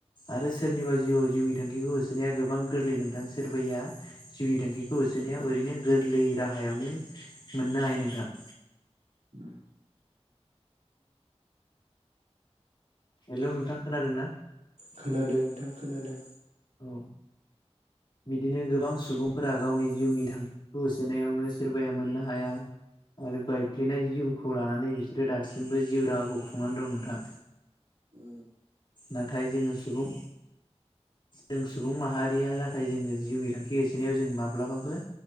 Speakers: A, on the left (about 45°); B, on the right (about 90°).
A: आरो सोरनिबा जिउआव जिउनि थांखिखौ होसोनाया गोबां गोरलै नोंथां सोरबाया जिउनि थांखिखौ होसोनायाव ओरैनो गोरलै राहायावनो मोननो हायो नोंथां
B: <inaudible>
A: हेलौ नोंथां खोनादों ना
B: खोनादों नोंथां खोनादों
A: औ बिदिनो गोबां सुबुंफोरा गावनि जिउनि थांखिखौ होसोनायावनो सोरबाया मोननो हाया आरो बायफ्लेनाय जिउखौ लानानै बिसोरो दासिमबो जिउ राहाखौ खुंनानै दं नोंथां
B: उ
A: नाथाय जोङो सुबुं
B: <inaudible>
A: जों सुबुं माहारिया नाथाय जोङो जिउनि थांखि होसोनायाव जों माब्लाबाबो